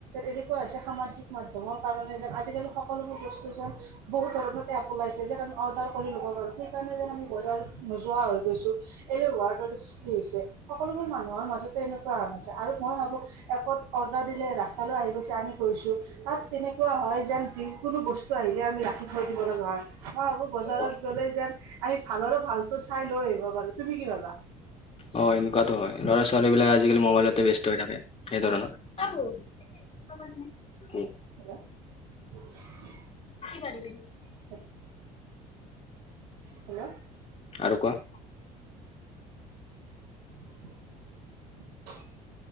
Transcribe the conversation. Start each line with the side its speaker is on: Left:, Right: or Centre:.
Right: এনেকুৱা হৈছে সামাজিক মাধ্যমৰ কাৰণে যেন আজিকালি সকলোবোৰ বস্তু যেন বহুত ধৰণত এপ ওলাইছে যেন আমি অৰ্ডাৰ কৰি ল'ব পাৰোঁ, সেইকাৰণে যেন আমি বজাৰ নোযোৱা হৈ গৈছো, এলেহুাৰ দৰে সৃষ্টি হৈছে। সকলোবোৰ মানুহৰ মাজতে এন কোৱা হৈছে, আৰু মই ভাবো এপত অৰ্ডাৰ দিলে ৰাস্তালৈ আহি গৈছে আমি গৈছোঁ, তাত তেনেকুৱা হয় যেন যি কোনো বস্তু আহিলে আমি ৰাখি থৈ দিব লগা হয়, মই ভাবোঁ বজাৰত
Left: অ
Right: গ'লে যেন আমি ভালৰো ভাল টো চাই লৈ আহিব পাৰো। তুমি কি ভাবা?
Left: অ এনেকুৱাতো হয়, ল'ৰা ছোৱালী বিলাক আজিকালি মুবাইলতে ব্যস্ত হৈ থাকে সেই ধৰণৰ। অ বৌ <inaudible> কি?
Right: হেল্ল' <unintelligible>
Left: কি জানিবি?
Right: <inaudible> হেল্ল।
Left: আৰু কোৱা।
Right: <inaudible>